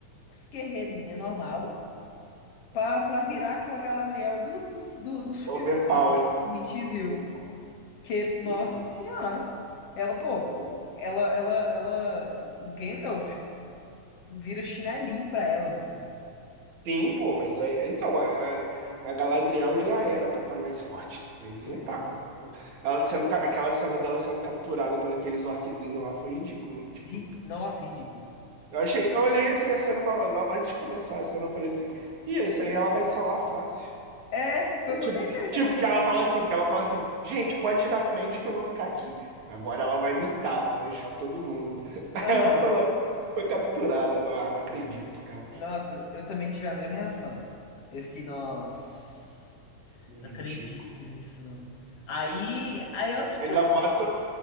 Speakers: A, on the left (about 55°); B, on the right (about 65°).
A: os guerreirinha normal, pra, pra virar aquela Galadriel do- dos, do- dos filmes,
B: Overpower.
A: sabe? Que a gente viu.
B: Overpower.
A: Que, nossa
B: Então.
A: senhora, ela, pô,
B: né?
A: ela, ela, ela, o o Gandalf vira chinelinho pra ela no filme.
B: Sim, pô, mas aí, então a, a Galadriel já era pra estar mais forte, mas não
A: Pois
B: tá.
A: é.
B: Então, Ela sendo, ca- aquela cena dela sendo capturada por aqueles orquezinhos lá foi ridículo, né? Tipo,
A: Ri- Nossa, ridículo.
B: eu achei, eu olhei assim a cena na- na- antes de começar a cena, eu falei assim, e isso aí ela vai solar fácil.
A: É, foi
B: É
A: o
B: tipo,
A: que eu pensei
B: tipo
A: também.
B: que ela fala assim, que ela fala assim, gente, pode ir na frente que eu vou ficar aqui. Agora ela vai mitar, vai lanchar todo mundo. <laughs> Aí
A: Aham.
B: ela foi lá e foi capturada. Eu, Ah, não acredito, cara.
A: Nossa, eu também tive a mesma reação. Eu fiquei, nossa,
B: Que ridículo.
A: não acredito nisso, não. Aí, aí ela fica.
B: Ainda bota.